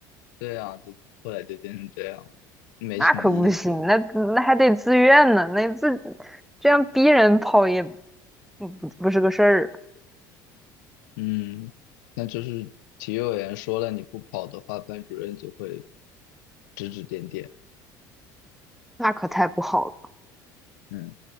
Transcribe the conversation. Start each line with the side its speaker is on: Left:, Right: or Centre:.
Left: 对啊，就后来就变成这样，没什么意思了。
Centre: 那可不行，那那还得自愿呢，那自这样逼人跑也不不不是个事儿啊，
Left: 嗯，那就是体育委员说了，你不跑的话，班主任就会指指点点。
Centre: 那可太不好了。
Left: 嗯。